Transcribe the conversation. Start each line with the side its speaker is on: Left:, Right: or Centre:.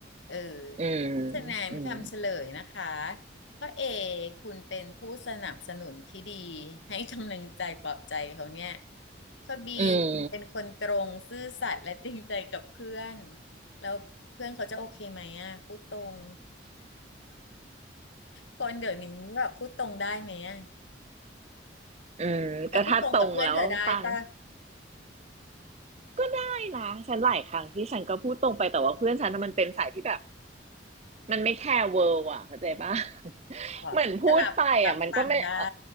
Left: เออ
Right: อืม
Left: ฉะนั้นคำเฉลยนะคะ
Right: อืม
Left: ข้อเอคุณเป็นผู้สนับสนุนที่ดีให้กำลังใจปลอบใจเขาเนี่ยข้อบี
Right: <laughs> อืม
Left: เป็นคนตรงซื่อสัตย์และจริงใจกับเพื่อนแล้วเพื่อนเขาจะโอเคไหมอ่ะพูดตรงคนเดี๋ยวนี้แบบพูดตรงได้ไหมอ่ะ
Right: เออก็ถ้าตรงแล้วฟัง
Left: เธอพูดตรงกับเพื่อนเธอได้ป่ะ
Right: ก็ได้นะฉันหลายครั้งที่ฉันก็พูดตรงไปแต่ว่าเพื่อนฉันน่ะมันเป็นสายที่แบบมันไม่แคร์เวิร์อ่ะเข้าใจปะ <laughs>
Left: อ๋อก็รับรับฟังได้
Right: เหมือนพูดไปอ่ะมันก็ไม่เอ่อ